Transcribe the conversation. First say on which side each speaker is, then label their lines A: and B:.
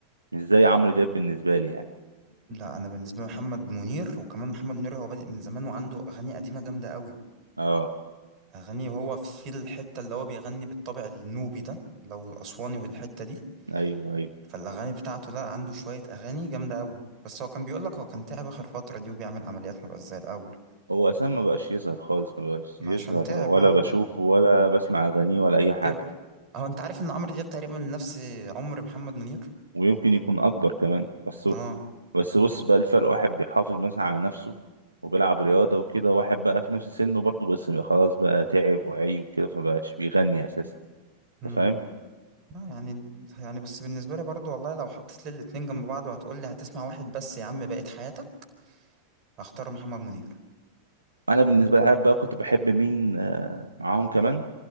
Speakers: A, on the right (about 85°); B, on the right (about 35°).
A: مش زي عمرو دياب بالنسبه لي يعني
B: لا أنا بالنسبة لي محمد منير وكمان محمد منير هو بادئ من زمان وعنده أغاني قديمة جامدة أوي
A: اه
B: أغاني وهو في الحتة اللي هو بيغني بالطابع النوبي ده لو الأسواني والحتة دي
A: ايوه ايوه
B: فالأغاني بتاعته لا عنده شوية أغاني جامدة أوي بس هو كان بيقولك هو كان تعب آخر فترة دي وبيعمل عمليات مبقاش زي الأول
A: هو اساسا ما بقاش يظهر خالص ما بقاش
B: ما
A: يظهر
B: عشان تعب
A: ولا
B: اه
A: بشوفه ولا بسمع اغانيه ولا اي حاجه
B: كبر أهو أنت عارف إن عمرو دياب تقريبا نفس عمر محمد منير
A: ويمكن يكون اكبر كمان بس
B: اه
A: بس بص بقى الفرق واحد بيحافظ مثلا على نفسه وبيلعب رياضة وكده واحد بقى في نفس سنه برضه بس خلاص بقى تعب وعي وكده فبقاش بيغني أساسا
B: مم.
A: أنت فاهم؟
B: لا يعني يعني بس بالنسبة لي برضو والله لو حطيت لي الاتنين جنب بعض وهتقول لي هتسمع واحد بس يا عم بقيت حياتك هختار محمد منير
A: أنا بالنسبة لي عارف بقى كنت بحب مين آه، معاهم كمان